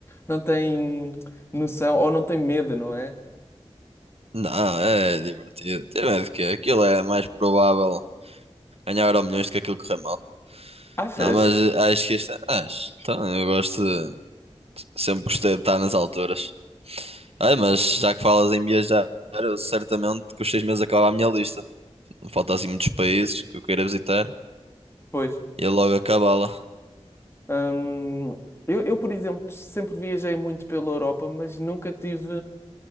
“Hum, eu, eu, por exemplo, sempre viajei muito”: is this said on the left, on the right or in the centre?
Left